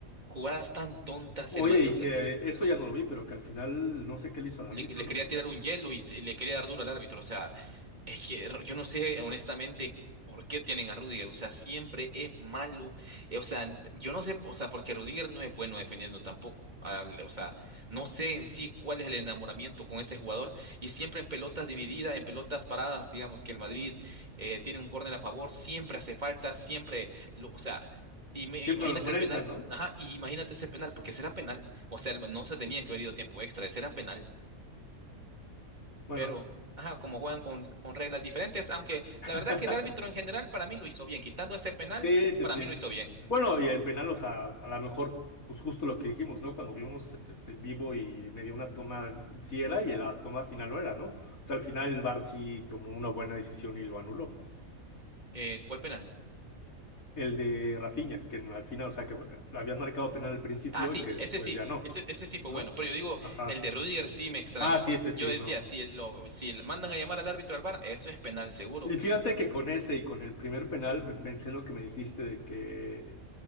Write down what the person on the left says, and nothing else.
Oye,
y
que eso ya no lo vi, pero que al final no sé qué le hizo al árbitro,
¿no?
Siempre
lo molestan,
¿no?
Bueno.
<laughs>
Sí, sí,
sí.
Bueno, y el penal, o sea, a lo mejor, pues justo lo que dijimos, ¿no? Cuando vimos en vivo y me dio una toma, sí era, y la toma final no era, ¿no? O sea, al final el VAR sí tomó una buena decisión y lo anuló.
El de Rafinha, que al final, o sea, que fue- lo habían marcado penal al principio
y que después
ya no,
¿no?
Ajá.
Ah, sí,
ese sí,
no.
Y fíjate que con ese y con el primer penal me pensé en lo que me dijiste de que